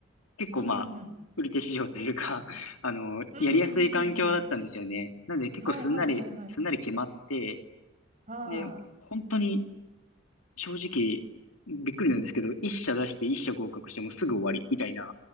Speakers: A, on the left; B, on the right.
A: 結構まあ、
B: うんうんうん。
A: 売り手市場というか、<laughs> あの、
B: うんうんうんうんうん。
A: やりやすい環境だったんですよね。なので結構すんなり、
B: はいはいはいはい。
A: すんなり決まって、
B: は
A: で、本当に正直、びっくりなんですけど、
B: い。うん。
A: 一社出して一社合格してもうすぐ終わり、みたいな、